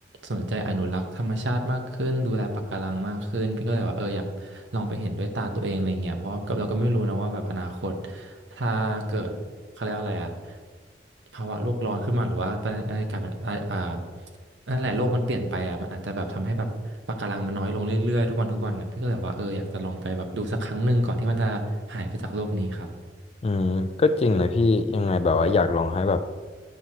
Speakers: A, on the right; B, on the left.
A: สนใจอนุรักษ์ธรรมชาติมากขึ้นดูแลปะการังมากขึ้นพี่ก็เลยว่าเอออยากลองไปเห็นด้วยตาตัวเองอะไรเงี้ยเพราะว่าเราก็ไม่รู้นะว่าแบบอนาคตถ้าเกิดเขาเรียกว่าอะไรอะภาวะโลกร้อนขึ้นมาหรือว่าอะไรกลายเป็นอ่า นั่นแหละโลกมันเปลี่ยนไปอ่ะมันอาจจะแบบทำให้แบบปะการังมันน้อยลงเรื่อยๆทุกวันทุกวันนะพี่ก็เลยแบบว่าเอออยากจะลองไปแบบดูสักครั้งหนึ่งก่อนที่มันจะหายไปจากโลกนี้ครับ
B: อืมก็จริงเลยพี่ยังไงแบบว่าอยากลองให้แบบ